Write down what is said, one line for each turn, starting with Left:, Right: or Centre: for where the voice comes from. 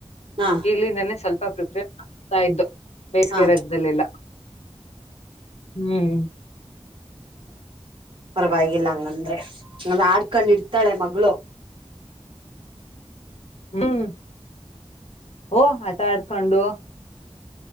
Right: ಹಾ
Left: ಈಗ್ಲಿಂದಾನೇ ಸ್ವಲ್ಪ ಪ್ರಿಪೇರ್. ಆಗ್ತಾ ಇದ್ದು ಬೇಸಿಗೆ
Right: ಹಾ
Left: ರಾಜ್ದಳೆಲ್ಲ ಹ್ಮ್.
Right: <inaudible> ಪರವಾಗಿಲ್ಲ ಹಂಗಂದ್ರೆ ಅಂದ ಆಡ್ಕೊಂಡ್ ಇಡ್ತಾಳೆ ಮಗಳು.
Left: ಹ್ಮ್ ಓ ಆಟ ಆಡ್ಕೊಂಡು.